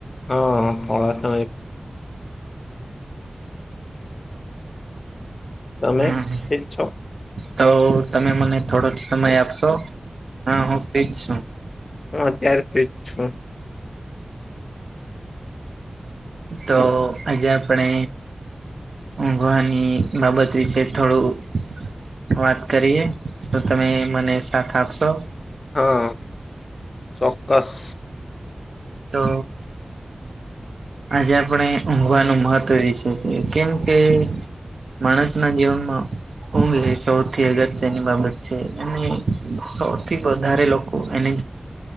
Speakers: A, on the left; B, on the right.
A: હા પળ તમે
B: હમ
A: ફ્રી જ છો
B: તો તમે મને થોડોક સમય આપશો. હા હું ફ્રીઝ છું.
A: હું અત્યારે ફ્રીજ છું.
B: તો આજે આપણે ઉઘવાની બાબત વિશે થોડું વાત કરીએ તો તમે મને સાથ આપશો.
A: હા ચોક્કસ.
B: તો આજે આપણે ઊઘવાનું મહત્ત્વ એ છે કેમ કે માણસના જીવનમાં ઊંઘ એ સૌથી અગત્યની બાબત છે, અને સૌથી વધારે લોકો એને